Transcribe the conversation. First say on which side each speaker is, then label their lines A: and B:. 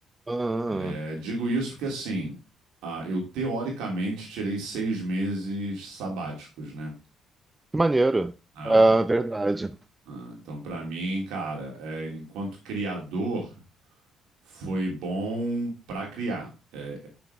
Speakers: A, on the right; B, on the right.
A: ah,
B: É, digo isso porque assim, ah, eu teoricamente tirei seis meses sabáticos, né?
A: que maneiro.
B: Ah,
A: Ah, verdade.
B: ah, então para mim, cara, é, enquanto criador Foi bom para criar. É,